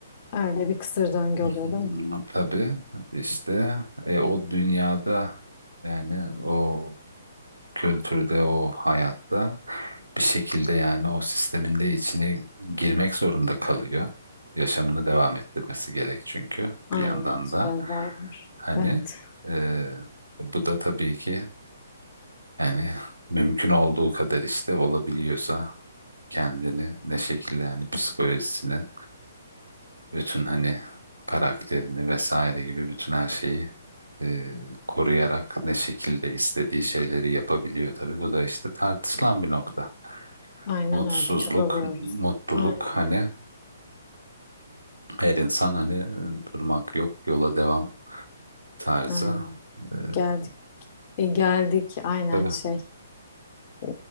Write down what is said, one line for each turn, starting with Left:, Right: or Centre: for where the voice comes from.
Left: Öyle bir kısır döngü
Right: Hmm,
Left: oluyor değil mi?
Right: Tabii işte e, o dünyada yani o kültürde, o hayatta bir şekilde yani o sistemin de içine girmek zorunda kalıyor. Yaşamını devam ettirmesi gerek çünkü
Left: Aynen.
Right: bir yandan
Left: Survivor.
Right: da hani
Left: Evet.
Right: e, bu da tabii ki yani mümkün olduğu kadar işte olabiliyorsa kendini ne şekilde yani psikolojisini bütün hani karakterini vesaire gibi bütün her şeyi e, koruyarak ne şekilde istediği şeyleri yapabiliyor tabii. Bu da işte tartışılan bir nokta.
Left: Aynen
Right: Mutsuzluk,
Left: öyle. Çabalıyoruz.
Right: mutluluk
Left: Aynen.
Right: hani her insan hani e, durmak yok, yola devam tarzı.
Left: Aynen.
Right: E, e,
Left: Geldik. E, geldik. Aynen
Right: tabii.
Left: şey. Ee,